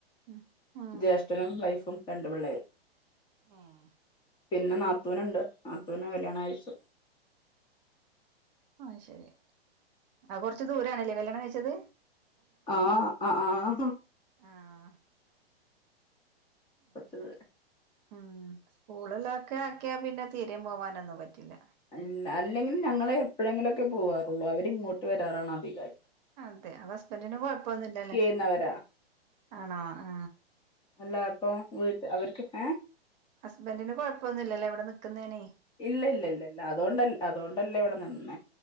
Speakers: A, on the right (about 45°); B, on the left (about 15°).
A: ഉം ഉം
B: ജ്യേഷ്ഠനും വൈഫും രണ്ട് പിള്ളേരും
A: ഏഹ്
B: പിന്നെ ന്നാത്തൂന്ണ്ട് ന്നാത്തൂനെ കല്ല്യാണം കഴ്ച്ചു
A: അഹ് ശെരി അത് കൊർച്ച് ദൂരാണ്ലേ കല്ല്യാണം കഴ്ച്ചത്
B: ആ അ ആ ഹ്
A: ആഹ് അങ്ങനെ
B: കൊർച്ച് ദൂരെ
A: ഉം സ്കൂളിലൊക്കെ ആക്കിആ പിന്നെ തീരിം പോവാനൊന്നും പറ്റില്ല
B: ഇല്ല അല്ലെങ്കിലും ഞങ്ങള് എപ്പ്ഴെങ്കിലൊക്കെ പോവാറൊള്ളൂ അവരിങ്ങോട്ട് വരാറാണ് അധികായിട്ട്
A: അതെ അപം ഹസ്ബൻ്റിന് കൊഴപ്പൊന്നുല്ല ലേ
B: ചെയ്യുന്നവരാ
A: ആണോ ആ
B: അല്ല അപം വീട്ട് അവര്ക്ക് ഏ
A: ഹസ്ബൻ്റിന് കൊഴപ്പന്നുല്ലലേ ഇവട ന്ന്ക്ക്ന്നേന്
B: ഇല്ല ല്ല ല്ല ല്ല അതോണ്ടെൽ അതോണ്ടെല്ലേ ഇവട ന്ന്ന്നേ